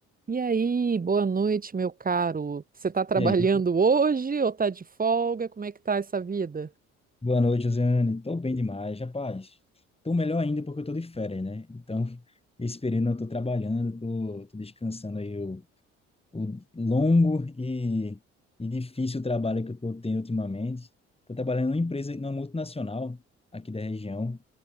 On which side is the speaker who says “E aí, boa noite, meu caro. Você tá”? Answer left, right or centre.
Right